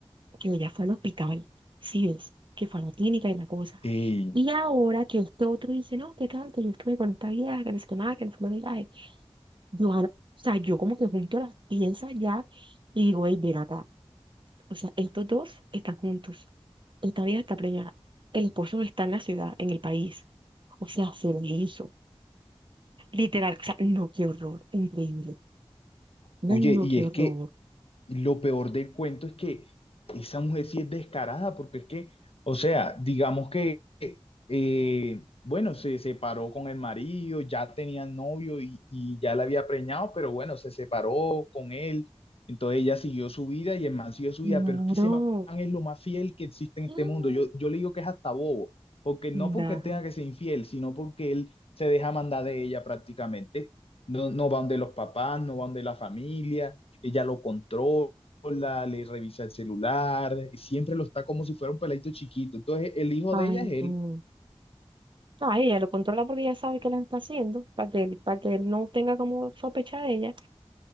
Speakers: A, on the right (about 50°); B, on the left (about 65°).
A: que ella fue al hospital, sí ves, que fue a la clínica y la cosa.
B: Ey,
A: Y ahora que este otro dice, no, qué tal, que yo estuve con esta vieja, que no sé qué más, que no fue de viaje. Yo, ah, no, o sea, yo como que junto las piezas ya y digo, hey, ven acá. O sea, estos dos están juntos. Esta vieja está preñada. El esposo no está en la ciudad, en el país. O sea, se lo hizo. Literal, o sea, no, qué horror, increíble. Ay,
B: Oye,
A: no,
B: y
A: qué
B: es
A: horror.
B: que Y Lo peor del cuento es que esa mujer sí es descarada, porque es que, o sea, digamos que eh, bueno, se separó con el marido, ya tenía novio y, y ya la había preñado, pero bueno, se separó con él. Entonces ella siguió su vida y el man siguió su
A: Claro.
B: vida, pero es que ese man es lo más fiel que existe
A: <gasps>
B: en este mundo. Yo, yo le digo que es hasta bobo, porque no
A: Mm,
B: porque
A: Da.
B: tenga que ser infiel, sino porque él se deja mandar de ella prácticamente. No, no va donde los papás, no va donde la familia, ella lo controla le revisa el celular, siempre lo está como si fuera un peladito chiquito. Entonces, el hijo
A: Ay,
B: de ella es él.
A: no. No, ahí ella lo controla porque ella sabe que la está haciendo, para que él, para que él no tenga como sospecha de ella.